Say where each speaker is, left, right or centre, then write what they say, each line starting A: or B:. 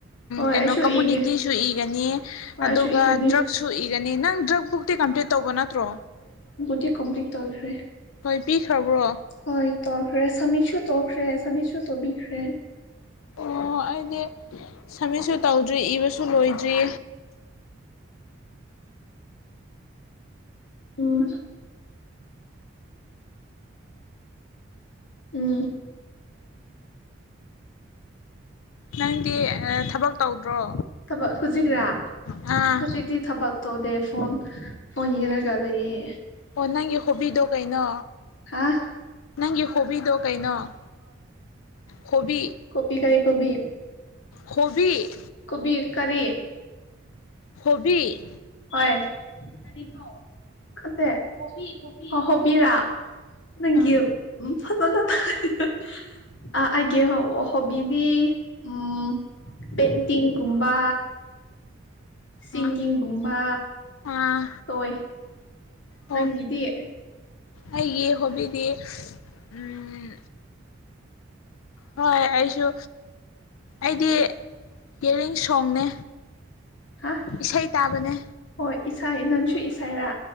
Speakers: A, on the left; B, on the left.
A: ꯍꯣꯏ
B: ꯀꯩꯅꯣ
A: ꯑꯩꯁꯨ ꯏꯒꯦ
B: ꯀꯝꯃꯨꯅꯤꯇꯤꯁꯨ ꯏꯒꯅꯤ
A: ꯍꯣꯏ
B: ꯑꯗꯨꯒ
A: ꯑꯩꯁꯨ ꯏꯒꯅꯤ
B: ꯗ꯭ꯔꯛꯁꯨ ꯏꯒꯅꯤ ꯅꯪ ꯗ꯭ꯔꯛꯕꯨꯛꯇꯤ ꯀꯝꯄ꯭ꯂꯤꯠ ꯇꯧꯕ ꯅꯠꯇ꯭ꯔꯣ
A: ꯑꯩ ꯀꯝꯄ꯭ꯂꯤꯠ ꯇꯧꯈ꯭ꯔꯦ
B: ꯍꯣꯏ ꯄꯤꯈ꯭ꯔꯕ꯭ꯔꯣ
A: ꯍꯣꯏ ꯇꯧꯈ꯭ꯔꯦ ꯁꯝꯃꯤꯁꯁꯨ ꯇꯣꯛꯈ꯭ꯔꯦ ꯁꯥꯃꯤꯁꯁꯨ ꯇꯧꯕꯤꯈ꯭ꯔꯦ
B: ꯑꯣ ꯑꯩꯗꯤ ꯁꯃꯤꯠꯁꯨ ꯇꯧꯗ꯭ꯔꯤ ꯏꯕꯁꯨ ꯂꯣꯏꯗ꯭ꯔꯤ
A: ꯎꯝ ꯎꯝ
B: ꯅꯪꯗꯤ ꯑꯥ ꯊꯕꯛ ꯇꯧꯗ꯭ꯔꯣ
A: ꯊꯕꯛ ꯍꯧꯖꯤꯛꯔꯥ
B: ꯑꯥ
A: ꯍꯧꯖꯤꯛꯇꯤ ꯊꯕꯛ ꯇꯧꯗꯦ ꯐꯣꯟ ꯐꯣꯟ ꯌꯦꯡꯉꯒ ꯂꯩꯌꯦ
B: ꯑꯣ ꯅꯪꯒꯤ ꯍꯣꯕꯤꯗꯣ ꯀꯩꯅꯣ
A: ꯍꯥꯥ
B: ꯅꯪꯒꯤ ꯍꯣꯕꯤꯗꯣ ꯀꯩꯅꯣ ꯍꯣꯕꯤ
A: ꯀꯣꯕꯤ ꯀꯔꯤ ꯀꯣꯕꯤ
B: ꯍꯣꯕꯤ
A: ꯀꯣꯕꯤ ꯀꯔꯤ
B: ꯍꯣꯕꯤ
A: ꯍꯣꯏ ꯀꯔꯤꯅꯣ ꯈꯪꯗꯦ ꯍꯣꯕꯤ ꯍꯣꯕꯤ ꯍꯣꯕꯤꯔ ꯅꯪꯒꯤ
B: ꯑꯥ
A: ꯐꯖꯅ ꯇꯗꯦꯗ ꯑꯥ ꯑꯩꯒꯤ ꯍꯣꯕꯤꯗꯤ ꯎꯝ ꯄꯦꯟꯇꯤꯡꯒꯨꯝꯕ ꯁꯤꯡꯒꯤꯡ
B: ꯑꯥ
A: ꯒꯨꯝꯕ
B: ꯑꯥ
A: ꯑꯣꯏ
B: ꯑꯣ
A: ꯅꯪꯒꯤꯗꯤ
B: ꯑꯩꯒꯤ ꯍꯣꯕꯤꯗꯤ ꯎꯝ ꯍꯣꯏ ꯑꯩꯁꯨ ꯑꯩꯗꯤ ꯏꯌꯥꯔꯤꯡ ꯁꯣꯡꯅꯦ
A: ꯍꯥ
B: ꯏꯁꯩ ꯇꯥꯕꯅꯦ
A: ꯍꯣꯏ ꯏꯁꯥꯏ ꯅꯪꯁꯨ ꯏꯁꯥꯏꯔ